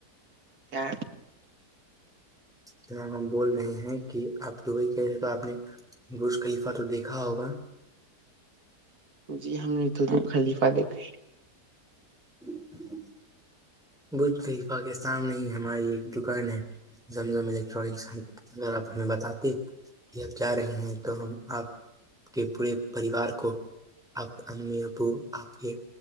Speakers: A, on the right; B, in the centre.
A: کیا
B: جناب ہم بول رہے ہیں کہ آپ دبئی گئے تھے تو آپ نے برز خلیفہ تو دیکھا ہوگا
A: جی ہم نے تو د خلیفہ دیکھا ہے
B: ہوں ہوں بھ گئی پاکستان میں ہی ہماری ایک دکان ہے جم جم الیکٹرانکسغ ہمیں بتاتی کہ آب جا رہے ہیں تو ہم آپ کے پورے پریوار کو آپ کے امی ابو آپ کے